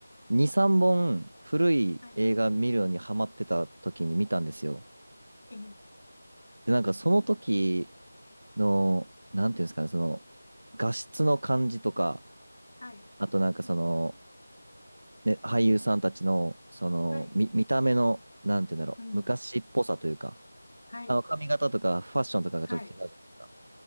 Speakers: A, on the right; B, on the left.
A: 2、3本古い映画見るのにハマってた時に見たんですよ。
B: はい。ええ。
A: で、なんかその時の、なんていうんですかね、その、画質の感じとか、
B: はい。
A: あとなんかその、ね、俳優さんたちの、その、
B: はい。
A: 見、見た目の、なんていうんだろう、
B: うん。
A: 昔っぽさというか、
B: はい。
A: あの、髪型とかファッションとかがちょっと違うじゃないですか。
B: はい。